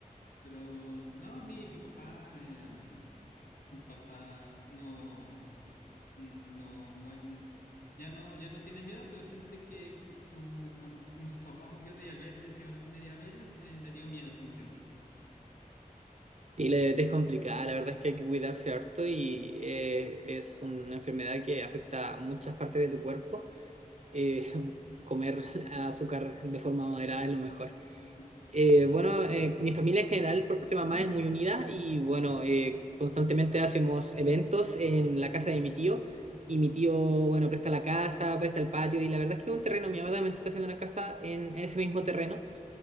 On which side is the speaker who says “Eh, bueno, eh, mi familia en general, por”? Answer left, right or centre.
Right